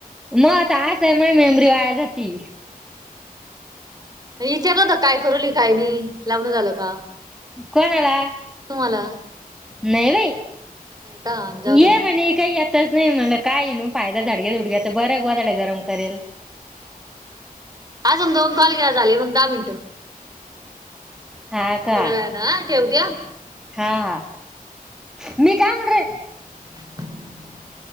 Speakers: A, in the centre; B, on the right (about 25°).
A: मत आ स आहे माी मेमरी वायाजती.
B: विचारलंत काय करवली काय नाही. लावन झालं का
A: कोणाला
B: तुम्हाला.
A: नाही बाई
B: नाही का जाऊ
A: ये
B: द्या.
A: म्हणे काय आताच. नाही म्हला काय न फायदा झाडग्या झुडग्याच बऱ्या गवा झाडला गरम. करेल
B: आज मग दोन कॉल घ्या झाले मग दहा मिनिटं.
A: हा का
B: थोड्या वेळानं हा ठेवते हा.
A: हा हा. मी काय म्हण रे.
B: <inaudible>